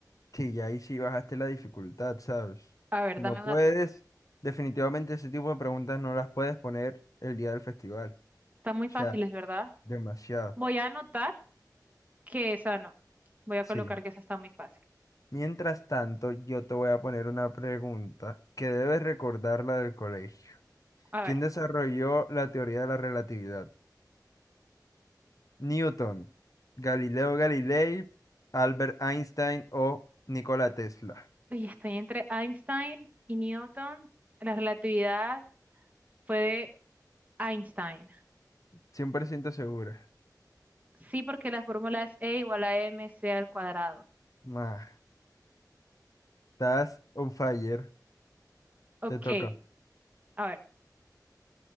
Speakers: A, on the left; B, on the right.
A: Sí, ya ahí sí bajaste la dificultad, ¿sabes?
B: A ver,
A: No
B: dame
A: puedes,
B: una tú.
A: definitivamente ese tipo de preguntas no las puedes poner el día del festival.
B: Está muy
A: O
B: fácil,
A: sea,
B: es verdad.
A: demasiado.
B: Voy a anotar que esa no. Voy a
A: Sí.
B: colocar que esa está muy fácil.
A: Mientras tanto, yo te voy a poner una pregunta que debes recordarla del colegio.
B: A ver,
A: ¿Quién desarrolló la teoría de la relatividad? Newton, Galileo Galilei, Albert Einstein o Nikola Tesla.
B: uy, estoy entre Einstein y Newton. La relatividad fue de Einstein.
A: 100% segura.
B: Sí, porque la fórmula es E igual a m MC al cuadrado.
A: Ma, estás on fire.
B: Ok,
A: Te toca.
B: a ver,